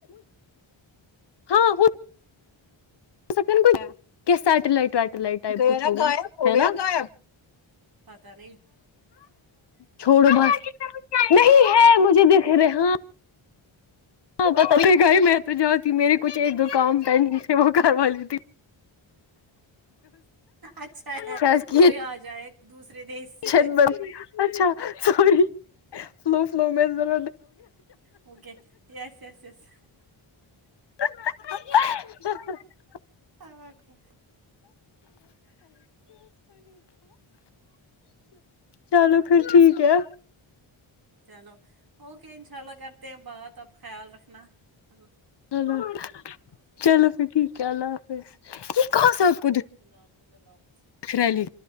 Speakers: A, on the left; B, on the right.
A: ہاں وہ س کو سیلائٹ ویٹلائٹ گیرا گغائبا گایاب
B: پتاہ
A: چھوڑو بس نہیں ہے مجھے دکھ رہے ہاں ہ ب گئے میں تو جاتی میرے کچھ ایک دو کام پینڈنگ سےے وہ کروا لیی تھی
B: اچھا ہے
A: کیز کی
B: کوئی
A: <unintelligible>
B: آ جائے دوسرے دیش سے
A: چن اچھا سور سو فلو مذر
B: اوکے یس یس یس
A: <unintelligible>
B: آ کو
A: چلو پھر ٹھیک ہے
B: چلو اوکے انشاء اللہ کرتے ہیں بات اپ خیال رکھ و
A: لو
B: حافظ
A: چلو پھر
B: اوکے
A: ٹھیک
B: بائے
A: ہے اللہ حافظ ج کو س
B: اللہ حافظ فض ال آ
A: ارلی